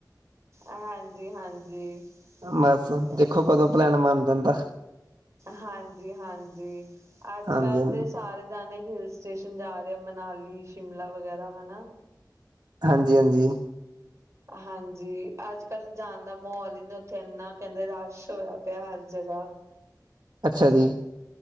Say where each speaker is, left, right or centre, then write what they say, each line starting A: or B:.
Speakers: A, on the right; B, on the right.
A: ਹਾਂਜੀ ਹਾਂਜੀ
B: ਬਸ
A: ਕਹਿੰਦੇ
B: ਦੇਖੋ ਕਦੋਂ ਪਲੈਣ ਮੰਨ ਜਾਂਦਾ।
A: ਹਾਂਜੀ ਹਾਂਜੀ ਅੱਜ
B: ਹਾਂਜੀ
A: ਕਲ
B: ਹਾਂਜੀ
A: ਤੇ ਸਾਰੇ ਜਾਨੇ ਹਿਲਸ। ਸਟੇਸ਼ਨ ਜਾ ਰਿਹਾ ਮਨਾਲੀ ਸ਼ਿਮਲਾ ਵਗੈਰਾ ਹਨਾ।
B: ਹਾਂਜੀ, ਹਾਂਜੀ।
A: ਹਾਂਜੀ ਅੱਜ ਕੱਲ ਜਾਨ ਦਾ ਮਾਹੋਲ ਹੀ ਨੀ ਉੱਥੇ ਐਨਾ ਕਹਿੰਦੇ ਰਸ਼ ਹੋਇਆ ਪਿਆ, ਹਰ ਜਗ੍ਹਾ
B: ਅੱਛਾ ਜੀ,